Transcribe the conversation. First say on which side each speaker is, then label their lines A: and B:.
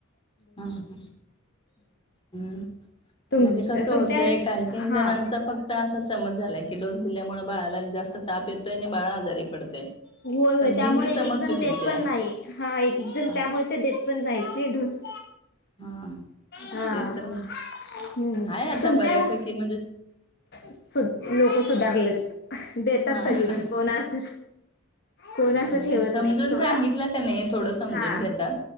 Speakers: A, on the left; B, on the left.
A: हा हा, हम्म.
B: तुम
A: म्हणजे कसं
B: तुमच्या
A: होतंय काही काही
B: हा
A: जणांचा फक्त असा सम <unintelligible> झालय की डोस दिल्यामुळ बाळाला जास्त ताप येतोय आणि बाळ आजारी पडतय.
B: होय होय
A: पण
B: त्यामुळ
A: हीच
B: एक
A: समज
B: एक जण
A: चुकीची
B: देत पण
A: आहे.
B: नाही हा ए एक जण
A: हा
B: त्यामुळे ते देत पण नाही ते डुस.
A: हा
B: हा,
A: ते तर
B: हम्म,
A: आहे आता
B: तुमच्या
A: बऱ्यापैकी म्हणजे
B: सु लोक सुधारलेत, देतात
A: हा
B: सगळीजण कोणा अस कोण असं
A: नाही
B: ठेवत
A: समजून
B: नाहीत सोडा
A: सांगितलं क नाही थोडं समजून
B: हा
A: घेतात,